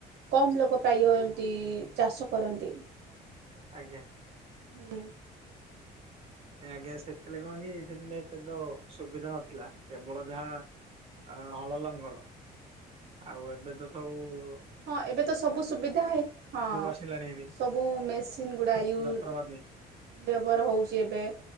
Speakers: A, on the right; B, on the right.
A: କମ ଲୋକ ପ୍ରାୟ
B: ଆଜ୍ଞା
A: ଏମତି ଚାଷ କରନ୍ତି ହୁଁ।
B: ଆଜ୍ଞା। ଆଜ୍ଞା ସେଥିଳେ କଣ କି ସେବେଳେ ଏତେ ତ ସୁବିଧା ନଥିଲା କେବଳ ଯାହା ଅ ହଳ ଲଙ୍ଗଳ ଆଉ ଏବେ ତ ତଉ
A: ହଁ ଏବେ ତ ସବୁ ସୁବିଧା ହେ ହଁ
B: ଆସିଲାଣି ହେରି।
A: ସବୁ ମେସିନ ଗୁଡା ୟୁଉ
B: ଯନ୍ତ୍ରପାତି
A: ବ୍ୟବହାର ହଉଛି ଏବେ